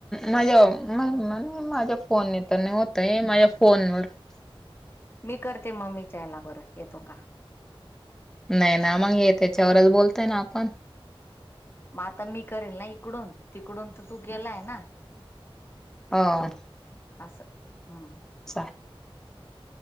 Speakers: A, in the centre; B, on the left.
A: माझ्या मं नं मं नं माझ्या फोन नी त नाय होतय माया फोनवर
B: मी करते मम्मीच्या याला बर येतो का?
A: नाय ना मंग ये त्याच्यावरच बोलतय ना आपण.
B: म आता मी करेल ना इकडून तिकडून त तू गेलाय ना.
A: ओ
B: असं हूं
A: चाल